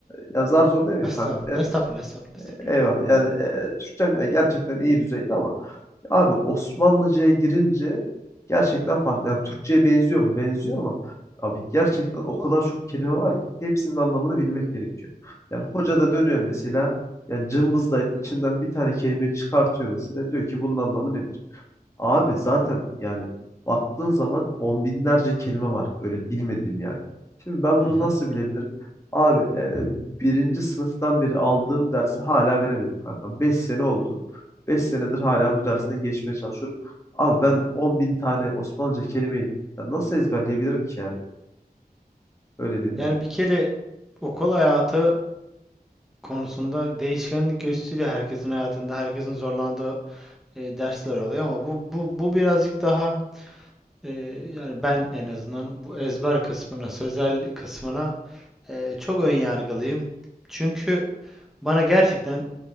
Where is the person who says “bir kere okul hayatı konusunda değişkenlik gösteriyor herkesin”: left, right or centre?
Centre